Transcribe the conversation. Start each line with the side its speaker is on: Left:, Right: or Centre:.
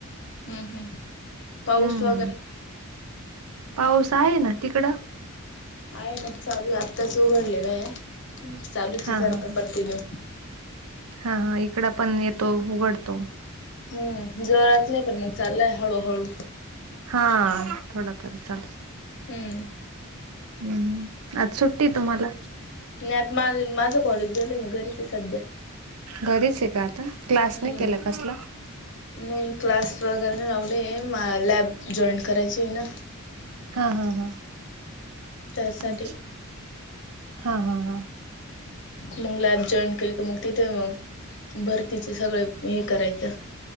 Left: हं हं. पाऊस
Right: हम्म
Left: वगैरे?
Right: पाऊस आहे ना तिकडं
Left: आहे ना, चालूये. आत्ताच उघडलेलं आहे नाहीतर चालूच
Right: हा
Left: सारखं
Right: हा ह
Left: कंटिन्यू.
Right: हा हा. इकड पण येतो उघडतो.
Left: हं, जोरात नाही. पण मग चाललाय हळूहळू.
Right: हां. थोडा तरी चालूचे.
Left: हम्म.
Right: हं हं, आज सुट्टी तुम्हाला?
Left: ह्यात माज अन माज कॉलेज झालये मी घरीचे सध्या.
Right: घरीच आहे का आता क्लास
Left: हं.
Right: नाही केला कसला
Left: नाही क्लास वगैरे नाही लावले. अं लॅब जॉईन करायची आहे ना.
Right: हा हां हां.
Left: त्यासाठी.
Right: अच्छा! हां हां हां.
Left: मंग लॅब जॉईन केली का मग तीथ ते मग भरतीचे सगळे हे करायचं